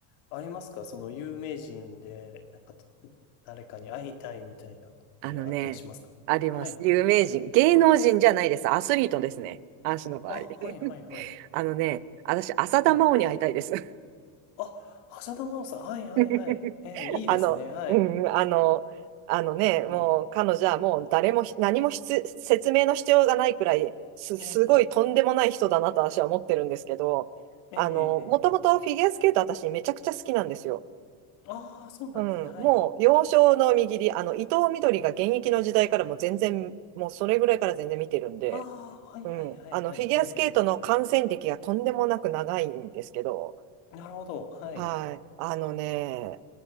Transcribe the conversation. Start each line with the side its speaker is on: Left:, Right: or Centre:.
Left: ありますかその有名人で、なんか、誰かに会いたいみたいなのってあったりしますかはい。
Right: あのね、あります。有名人。芸能人じゃないです。
Left: はい。
Right: アスリートですね。足の場合。
Left: あ、はいはいはい。
Right: <laughs> あのね、私、浅田真央に会いたいです。
Left: ええ。あ、浅田真央さん。はいはいはい。
Right: <laughs>
Left: ええ、いいですね。
Right: あの、
Left: はい。
Right: うん、あの、あのね、
Left: うんうん。
Right: もう彼女はもう誰もひ何もひつ説明の必要がないくらいす、
Left: ええ、
Right: すごいとんでもない人だなと私は思ってるんですけど、
Left: ええ、
Right: あの、
Left: ええ、
Right: もともとフィギュアスケート私めちゃくちゃ好きなんですよ。
Left: ええ。ああ、そうなんですね。
Right: うん、
Left: はい。
Right: もう幼少の右利り、あの、伊藤みどりが現役の時代からもう全然、もうそれぐらいから全然見てるんで、
Left: ああ、はいはいはいはい。
Right: うん、あのフィギュアスケートの観戦歴がとんでもなく長いんですけど、
Left: ええ、ええなるほど。はい。
Right: はい、あのね、